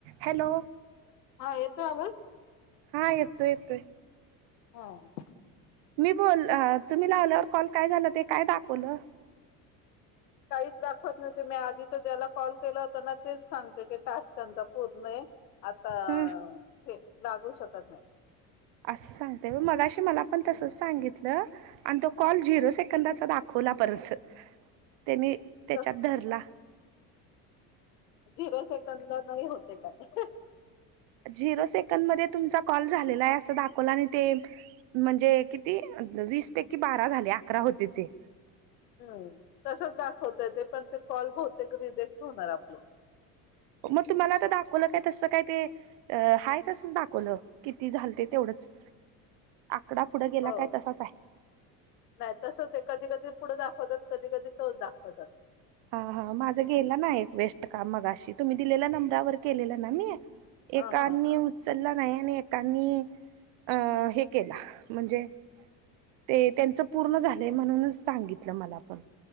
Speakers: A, on the right; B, on the left.
A: Hello.
B: हा, येतोय आवाज.
A: हां, येतोय येतोय.
B: हां.
A: मी बोल तुम्ही लावल्यावर कॉल काय झाल, ते काय दाखवलं.
B: काहीच दाखवत नव्हते. मी आधीच ज्याला कॉल केला होता ना, तेच सांगते की टास्क त्यांचा पूर्ण आहे. आता,
A: ह
B: हे लागू शकत नाही.
A: असं सांगते होय. मगाशी मला पण तसंच
B: हम्म
A: सांगितल. ल. आणि तो कॉल झिरो सेकंदाचा दाखवला परच, ते मी त्याच्यात
B: तस
A: धरला.
B: झिरो सेकंदला नाही होते काय?
A: झिरो सेकंद मध्ये तुमचा कॉल झालेला आहे. असं दाखवला आणि ते, म्हणजे किती? वीस पैकी बारा झाले. अकरा होते ते,
B: हं तसच दाखवतय. ते पण ते कॉल बहूतेक रिजेक्ट होणार आपलं.
A: मग तुम्हाला आता दाखवलं काय? तसं काय ते, अं हाय तसंच दाखवलं. किती झाल ते तेवढंच. आकडा पुढं गेला
B: हो
A: काय तसाच हाय?
B: नाही तसंच आहे. कधी कधी पुढं दाखवतात, कधी कधी तोच दाखवतात.
A: हा हा, माझा गेला ना एक वेस्ट काम, मघाशी तुम्ही दिलेल्या नंबरावर केलेला ना मी.
B: ह
A: एकांनी
B: ह
A: उचलला नाही. आणि एकांनी, अं हे केला म्हणजे, ते, त्यांचं पूर्ण झालं म्हणूनच सांगितलं. मला पण,